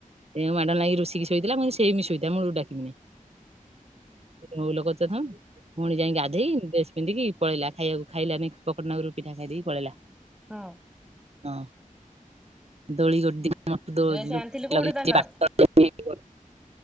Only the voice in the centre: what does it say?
ହଁ।
ଡ୍ରେସ ଆଣିଥିଲୁ କୋଉଠୁ
ତାଙ୍କର?